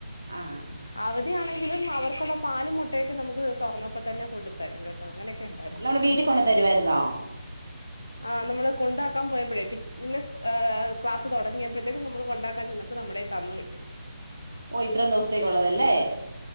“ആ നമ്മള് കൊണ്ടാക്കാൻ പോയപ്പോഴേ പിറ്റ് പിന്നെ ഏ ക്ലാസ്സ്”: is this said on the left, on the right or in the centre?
Left